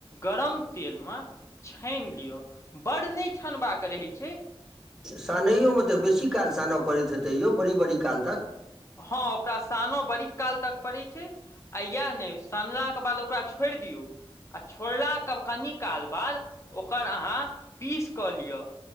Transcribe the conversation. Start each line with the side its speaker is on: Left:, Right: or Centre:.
Left: गरम तेल मे छैन लियो। बड़ ने छनबाक रहै छै।
Centre: सानैओ मेंमे तऽ बेसी काल सानय पड़ैत हेतै यौ बड़ी बड़ी काल तक
Left: हाँ ओकरा सानो बड़ी काल तक पड़ै छै आ इहाए ने सानला के बाद ओकरा छोड़ दियौ आ छोड़ला के कनि काल बाद ओकर अहाँ पीस कऽ लियो